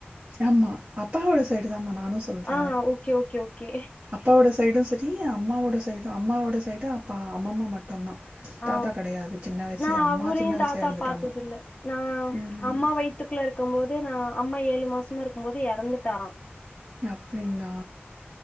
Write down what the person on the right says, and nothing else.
ஆமா அப்பாவோட சைடு தாம்மா நானும் சொல்ற
அப்பாவோட சைடும் சரி அம்மாவோட சைடும் அம்மாவோட சைடு அப்பா அம்மம்மா மட்டுந்தா
தாத்தா கெடையாது சின்ன வயசுலயே
அம்மா
சின்ன வயசுல
எறந்துட்டாங்க
ம்
அப் டிங்களா